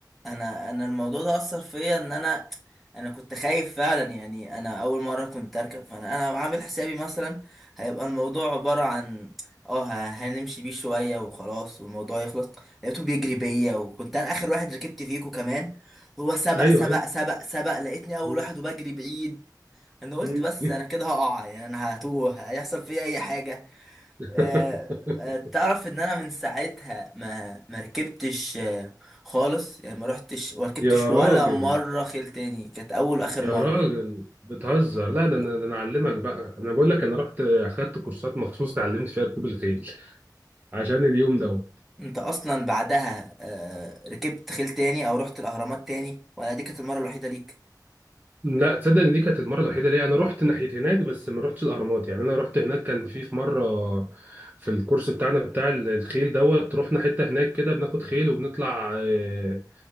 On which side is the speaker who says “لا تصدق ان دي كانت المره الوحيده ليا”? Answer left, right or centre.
Right